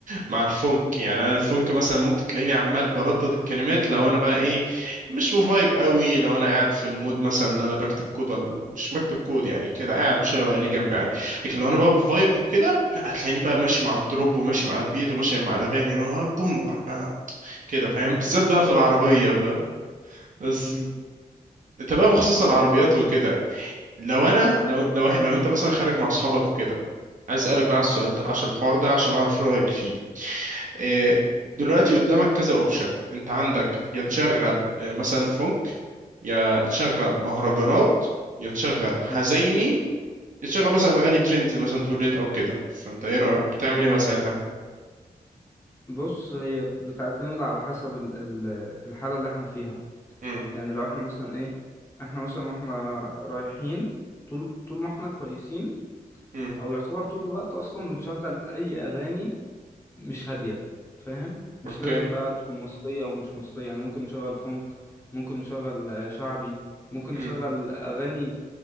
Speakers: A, on the right; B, on the left.
A: مع الفونك
B: مم.
A: يعني انا الفونك مثلا ممكن تلاقيني عمال بردد الكلمات لو انا بقى ايه مش مفايب قوي لو انا قاعد في المود مثلا ان انا بكتب كود ولا مش بكتب كود يعني كده قاعد مشغل عيني جنبي عادي لكن لو انا بقى بفايب وكده لا هتلاقيني بقى ماشي مع الدروب وماشي مع البيت وماشي مع الاغاني اللي هو بوم ورا بقى كده فاهم
B: <laughs>
A: بالذات بقى في العربيه
B: ايوه
A: فاهم بس
B: مم.
A: انت بقى بخصوص العربيات
B: طب و-
A: وكده لو انا
B: مم.
A: لو لو, إح- لو انت مثلا خارج مع اصحابك وكده عايز اسالك بقى على السؤال
B: اه
A: ده عشان الحوار ده عشان اعرف رايك فيه إيه،
B: مم.
A: دلوقتي قدامك كذا اوبشن انت عندك يا تشغل
B: مم.
A: آه، مثلا فونك يا تشغل مهرجانات يا تشغل حزيني
B: مم.
A: يا تشغل مثلا اغاني ترندز مثلا توليت او كده فانت ايه رايك بتعمل ايه بقى ساعتها
B: بص هي بتعتمد على حسب ال- ال- الحالة اللي احنا فيها
A: امم
B: يعني لو احنا مثلا ايه احنا مثلا واحنا رايحين طول طول ما احنا كويسين
A: امم
B: او يعتبر طول الوقت اصلا بنشغل اي اغاني مش هاديه فاهم مش
A: اوكي
B: لازم بقى تكون مصريه او مش مصريه يعني ممكن نشغل فونك ممكن نشغل آه، شعبي ممكن نشغل
A: امم
B: اغاني